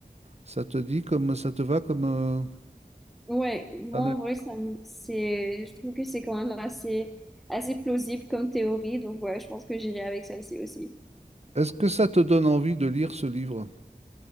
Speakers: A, on the right (about 45°); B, in the centre.
A: Ça te dit comme ça te va comme euh,
B: Ouais, moi
A: un-
B: en vrai, ça me- c'est, je trouve que c'est quand même assez, assez plausible comme théorie, donc ouais, je pense que j'irai avec celle-ci aussi.
A: Est-ce que ça te donne envie de lire ce livre?